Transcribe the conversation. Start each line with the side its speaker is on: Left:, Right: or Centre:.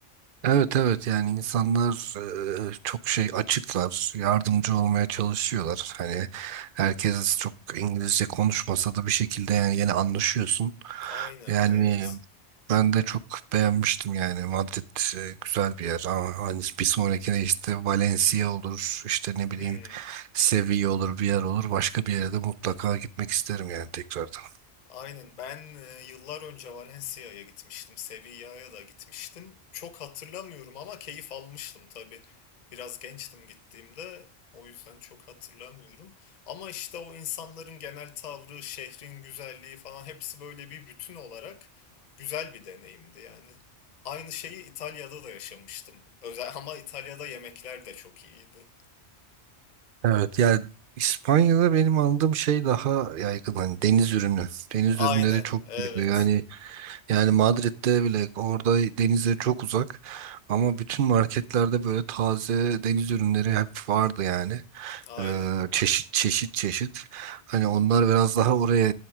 Right: Evet evet yani insanlar e, çok şey açıklar, yardımcı olmaya çalışıyorlar. Hani herkes çok İngilizce konuşmasa da bir şekilde yani yine anlaşıyorsun.
Left: Aynen
Right: Yani
Left: evet.
Right: ben de çok beğenmiştim yani Madrid e, güzel bir yer ama hani bir sonrakine işte Valencia olur, işte ne bileyim
Left: Hmm.
Right: Sevilla olur, bir yer olur. Başka bir yere de mutlaka gitmek isterim yani tekrardan.
Left: Aynen ben e, yıllar önce Valencia'ya gitmiştim, Sevilla'ya da gitmiştim. Çok hatırlamıyorum ama keyif almıştım tabii. Biraz gençtim gittiğimde o yüzden çok hatırlamıyorum. Ama işte o insanların genel tavrı, şehrin güzelliği falan hepsi böyle bir bütün olarak güzel bir deneyimdi yani. Aynı şeyi İtalya'da da yaşamıştım. Özel, ama İtalya'da yemekler de çok iyiydi.
Right: Evet yani İspanya'da benim anladığım şey daha yaygın hani deniz ürünü. Deniz
Left: Aynen,
Right: ürünleri çok
Left: evet,
Right: yaygın. Yani yani Madrid'de bile orada denize çok uzak ama bütün marketlerde böyle taze deniz ürünleri hep vardı yani.
Left: aynen.
Right: Ee, çeşit çeşit çeşit. Hani onlar biraz daha oraya